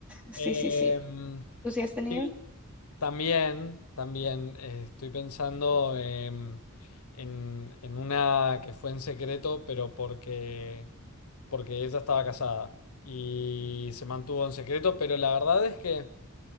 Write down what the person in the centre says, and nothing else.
sí,
sí, sí. ¿Tú sí has tenido?